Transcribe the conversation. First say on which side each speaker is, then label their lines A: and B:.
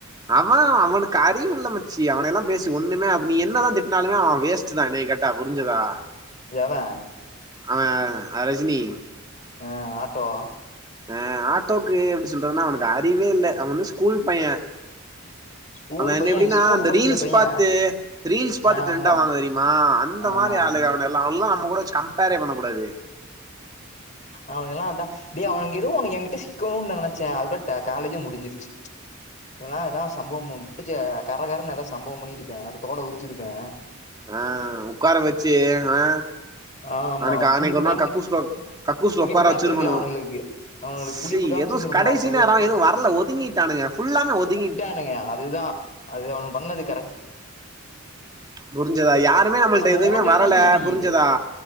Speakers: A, on the right; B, on the left.
A: அவ அவனுக்கு அறிவில்ல மச்சி அவனை எல்லா பேசி ஒண்ணுமே அப்ப நீ என்னதா திட்டினாலுமே அவ வேஸ் ச்சுதா எனையக் கேட்டா புரிஞ்சதா
B: எவ
A: அவ ரஜினி
B: ஆ ஆட்டோ
A: ஆ ஆட்டோக்கு எப்டி சொல்றதுன்னா அவனுக்கு அறிவே இல்ல அவ வந்து ஸ்கூல் பைய
B: ஸ்கூல்
A: அவ என்ன
B: பையன்
A: எப்டின்னா
B: ஸ்கூல்
A: அந்த
B: படிக்கிற
A: ரீல்ஸ்
B: பையன்
A: பாத்து ரீல்ஸ் பாத்து
B: ஆஹ்
A: ட்ரெண்டா
B: ஆமா
A: வாங்க தெரியுமா அந்த இந்த
B: ஆஹ்
A: மாரி ஆளுகவனுகல்லா அவெல்லா நம்ம கூட வெச்சு கம்பேர்ரே பண்ண கூடாது
B: அவனு எல்லா அதான் டேய் அவனுங்க எதோ ஒண்ணு எனங்கிட்ட சிக்கணுனு நா நெனைச்சே அதுக்குள்ள காலேஜே முடிஞ்சிருச் சசு இதல்லா ஏதா சம்பமவோ ச்ச கர கரன்னு ஏதாது சம்பவம் பண்ணிட்டிருப்பே ஒரு தோல உரிச்சிருப்பே
A: ஆ உக்கார வெச்சு ஆ
B: ஆமா
A: அனைக்கி அன்னைக்கி
B: புளிப்பு
A: ஒரு
B: காமிச்சு
A: நாள் கக்கூஸ்குள்ள கக்கூஸ்ல
B: புளிப்பு
A: உக்கார
B: காமிச்சிருக்கலாம்
A: வச்சிருக்கணு
B: அவனுங்களுக்கு அவனுங்களுக்கு
A: செரி
B: புளிப்பு காமிச்சிருந்துருக்கணும்
A: எதுவு கடைசி
B: அப்பவே
A: நேரோ எதுவு வரல ஒதுங்கிட்டானுங்க ஃபுல்லாமே ஒதுங்கி
B: ட்டாங்க அதுதா அது அவனுக பண்ணது கரெக்
A: புரிஞ்சதா யாருமே நம்மள்ட்ட
B: நோண்டி
A: எதுவுமே
B: இருந்தானுங்க
A: வரல
B: வையி
A: புரிஞ்சதா